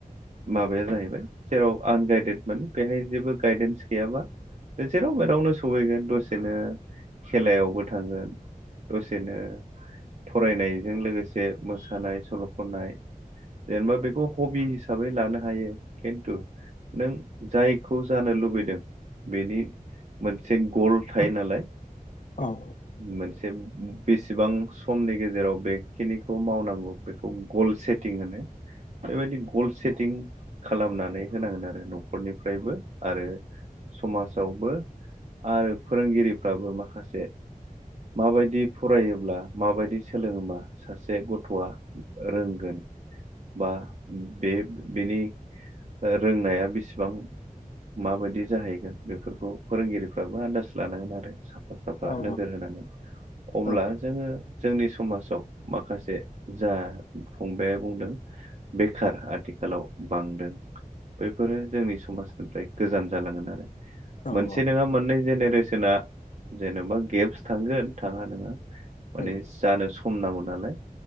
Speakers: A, on the right; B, on the left.
A: माबाया जाहैबाय जेराव आनगाइदेड माने बेहाय जेबो गायदेन्स गैयाबा जेराव मेरावनो सहैगोन दसेनो खेलायावबो थांगोन दसेनो फरायनायजों लोगोसे मोसानाय सल' खननाय जेनेबा बेखौ हबि हिसाबै लानो हायो खिन्थु नों जाय खौ जानो लुबैदों बेनि मोनसे गल थायो नालाय
B: औ
A: मोनसे बेसेबां समनि गेजेराव बेखिनिखौ मावनांगौ बेखौ गलसे बेबायदि ग सेतिं खालामनानै होनांगोन आरो नखरनि फ्रायबो आरो समाजावबो आरो फोरोंगिरिफ्राबो माखासे माबायदि फरायोब्ला माबायदि सोलोङोबा सासे गथ'आ रोंगोन बा बे बेनि रोंनाया बेसेब बां माबायदि जाहैगोन बेफोरखौ फोरोंगिरिफ्राबो आन्दाज लानांगोन आरो सा साफा साफा
B: औ
A: नोजोर होनांगोन अब्ला
B: औ
A: जोङो जोंनि समाजाव माखासे जा फंबाया बुंदों बेखार आथिखालाव बांदों बैफोरो जोंनि समाजनिफ्राय गोजान जलाोन आरो
B: औ
A: मोनसे
B: औ
A: नङा मोननै जेर बेसेना जेनबा गेपस थांगोन थाङा ननोङा माने
B: नंगौ
A: जानो सम नांगौ नालाय